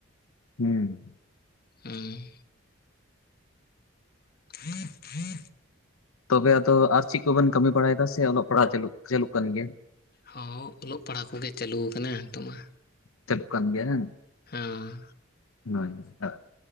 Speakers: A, on the left; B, on the left.
A: ᱦᱩᱸ,
B: ᱦᱩᱸ <inaudible>
A: ᱛᱚᱵᱮ ᱟᱫᱚ ᱟᱨ ᱪᱮᱫ ᱠᱚᱵᱤᱱ ᱠᱟᱹᱢᱤ ᱵᱟᱲᱟᱭᱮᱫᱟ ᱥᱮ ᱚᱞᱚᱜ ᱯᱟᱲᱦᱟᱜ ᱪᱟᱹᱞᱩᱜ ᱪᱟᱹᱞᱩᱜ ᱠᱟᱱ ᱜᱮᱭᱟ?
B: ᱦᱚᱸ ᱚᱞᱚᱜ ᱯᱟᱲᱦᱟᱣ ᱠᱚᱜᱮ ᱪᱟᱹᱞᱩ ᱟᱠᱟᱱᱟ ᱱᱤᱛᱚᱜ ᱢᱟ᱾
A: ᱪᱟᱞᱩᱜ ᱠᱟᱱ ᱜᱮᱭᱟ ᱦᱮᱸ,
B: ᱦᱮᱸᱻᱣᱟᱸ,
A: ᱦᱚᱭ ᱛᱚᱜ